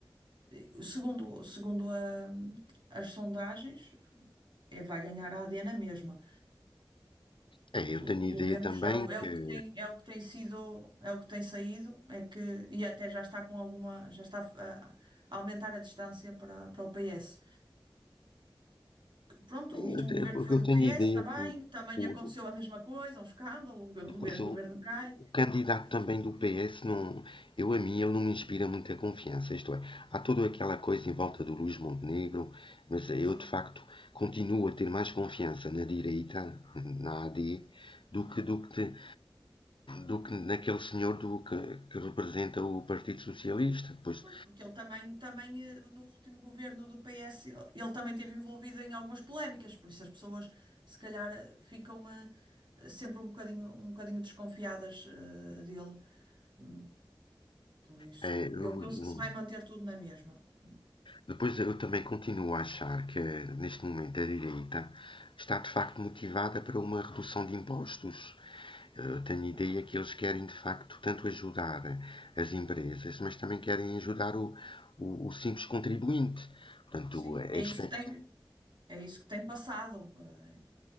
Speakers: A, on the right; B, on the left.
A: eh, segundo, segundo a- as sondagens, é, vai ganhar a AD na mesma.
B: É, eu
A: Pelo,
B: tenho
A: pelo
B: ideia
A: menos
B: também
A: é o, é
B: que.
A: o
B: é,
A: que tem, é o que tem sido, é o que tem saído, é que, e até já está com alguma, já está a, a aumentar a distância para, para o PS. Pronto, o último
B: Eu te-
A: governo foi
B: eu
A: do
B: tenho
A: PS
B: ideia
A: também,
B: que o,
A: também
B: o-
A: aconteceu a mesma coisa, um escândalo, o governo,
B: depois o,
A: o governo cai,
B: o candidato
A: mas
B: também
A: as pessoas,
B: do PS, não, eu a mim, ele não me inspira muita confiança. Isto é, há toda aquela coisa em volta do Luís Montenegro, mas eu
A: sim,
B: de facto continuo a ter mais confiança na direita, na AD, do
A: sim.
B: que, do que, te- do que naquele senhor do, que, que representa o Partido Socialista. Pois,
A: Pois, porque ele também, também eh, no último governo do PS, ele ele também esteve envolvido em algumas polémicas, por isso as pessoas se calhar eh, ficam eh, eh, sempre um bocadinho, um bocadinho desconfiadas eh, dele. Hum, Por isso,
B: é, eu
A: eu penso
B: não.
A: que se vai manter tudo na mesma. Hum,
B: Depois eu também continuo a achar que, neste momento, a direita está de facto motivada para uma redução de impostos. Eu tenho ideia que eles querem de facto tanto ajudar as empresas, mas também querem ajudar o, o, o simples contribuinte. Portanto,
A: Sim,
B: é
A: é
B: expecta
A: isso que tem, é isso que tem passado, eh,